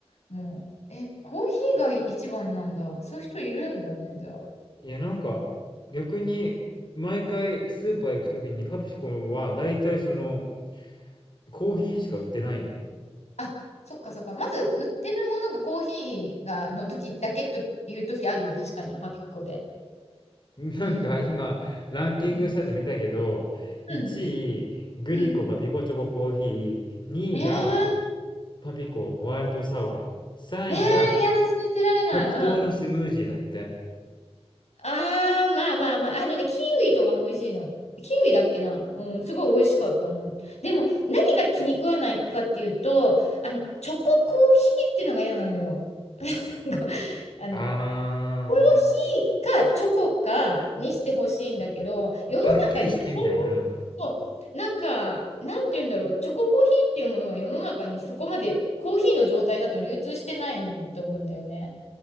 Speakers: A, on the left; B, on the left.
A: もう、え、コーヒーが一番なんだ。そういう人いるんだね、じゃあ。
B: いや、なんか逆に毎回スーパー行くときにパピコは大体そのコーヒーしか売ってないよ。
A: あ、そっかそっか。まず、売ってるものがコーヒーが、の時だけという時あるよ。確かに、パピコで。
B: なんか今ランキングサイト見たけど、
A: うん。うん。うん。
B: 1位グリコパピコチョココーヒ
A: うん。
B: ー、2位が
A: えー、
B: パピコホワイトサワー、3位が
A: えー、やだ、信じられない。
B: 白桃のスムージーだって。
A: うん。あー、まあまあまあ。あのね、キウイとかも美味しいの。キウイだっけな。うん、すごい美味しかったな。でも、何が気に食わないかっていうと、あの、チョココーヒーっていうのが嫌なのよ。<laughs> なんか、あの、
B: ああ、
A: コーヒーかチョコかにしてほしいんだけど、世の中にチョココーヒー、
B: はっきりしてみたいな、うん。
A: そう、なんか、なんて言うんだろう、チョココーヒーっていうものが世の中にそこまでコーヒーの状態だと流通してないと思うんだよね。